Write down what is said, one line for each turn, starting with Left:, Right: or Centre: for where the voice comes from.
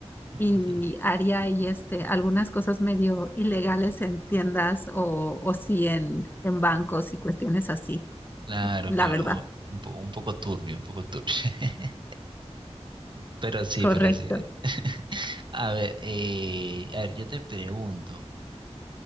Right: <laughs>
Left: y haría ahí este, algunas cosas medio ilegales en tiendas o, o sí en, en bancos y cuestiones así,
Right: Claro,
Left: la
Right: claro.
Left: verdad.
Right: Un po- un poco turbio, un poco turbio. <laughs> Pero sí,
Left: Correcto.
Right: pero sí. <laughs> A ver, eh, a ver, yo te pregunto,